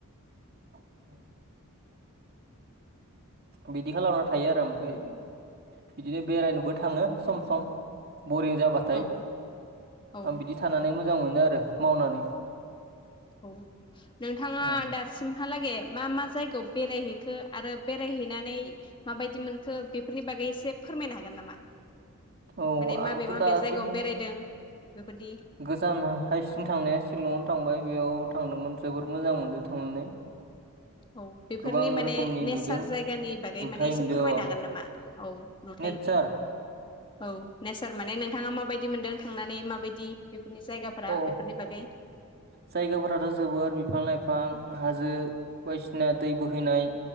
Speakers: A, on the right (about 50°); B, on the left (about 25°).
A: <inaudible> बिदि खालामना थायो आरो ओमफाय बिदिनो बेरायनोबो थाङो सम सम। बरिं जाबाथाय
B: औ औ
A: आं बिदि थानानै मोज। जां मोनो आरो मावनानै।
B: औ नोंथाङा
A: उम।
B: दासिमहालागै मा मा जायगाव। बेरायहैखो आरो बेरायहैनानै माबायदि मोनखो बेफोरनि बागै एसे फोरमायनो हागोन नामा।
A: औ
B: माने
A: आंथ
B: माबे माबे
A: दासिम
B: जायगायाव बेरायदों बेफोरदि
A: गोजान हायसिम थांनाया शिलं। थांबाय बेयाव थांदोंमोन जोबोर मोजां मोनदों थांनानै।
B: औ बेफोरनि
A: गोबां
B: माने
A: रोखोमनि
B: नेचार
A: नुदों
B: जायगानि बागै
A: नुथाय
B: माने एसे
A: नुदों
B: फोरमायनो
A: अ
B: हागोन नामा औ नुथाय।
A: नेचार
B: औ नेचार माने नोंथाङा माबादि मोनदों। थांनानै माबायदि बेफोरनि जायगाफोरा
A: अ
B: बेफोरनि बागै
A: जायगाफोराथ' जोबोर बिफां लाइफां हाजो बायदिसिना दै बोहैनाय